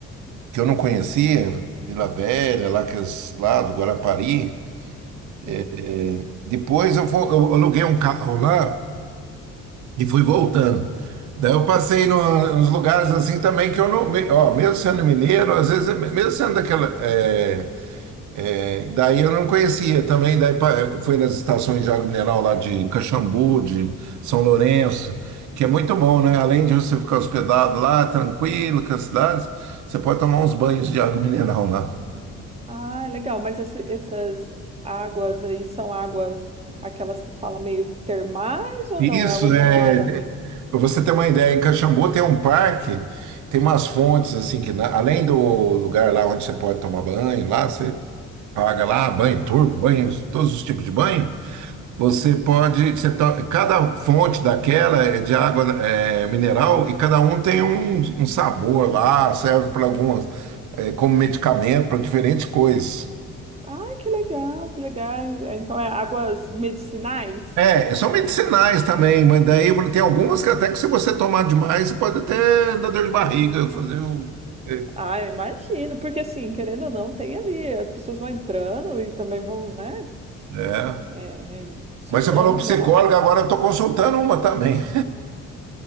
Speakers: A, on the right (about 75°); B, on the right (about 20°).
A: que eu não conhecia, Vila Velha, lá, que, é s- lá do Guarapari.
B: Sim.
A: É, Depois eu, vou, eu aluguei um carro lá e fui voltando. Daí eu passei no- nos lugares assim também que eu não. me- Ó, mesmo sendo mineiro, às vezes, mesmo sendo daquela. é, é, daí eu não conhecia também. Daí pa- fui nas estações de água mineral lá de Caxambu, de São Lourenço, que é muito bom, né? Além de você ficar hospedado lá, tranquilo, com as cidades, você pode tomar uns banhos de água mineral lá.
B: Ah, legal. Mas esse- essas águas aí são águas, aquelas que fala meio termais ou
A: Isso,
B: não? É água gelada
A: é.
B: mesmo?
A: Para você ter uma ideia, em Caxambu tem um parque, tem umas fontes assim que na- além do lugar lá onde você pode tomar banho, lá você paga lá banho turco, banho, todos os tipos de banho. Você pode, você to- cada fonte daquela é de água é, mineral e cada um tem um, um sabor lá, serve para algumas é, como medicamento para diferentes coisas.
B: Ai, que legal, que legal. Então é águas medicinais?
A: É, são medicinais também, mas daí tem algumas que até que se você tomar demais, você pode até dar dor de barriga, fazer um. É.
B: Ah, imagino, porque assim, querendo ou não, tem ali, as pessoas vão entrando e também vão, né,
A: é.
B: é, é, sujando,
A: Mas você falou psicóloga,
B: né? a-
A: agora eu estou consultando uma também.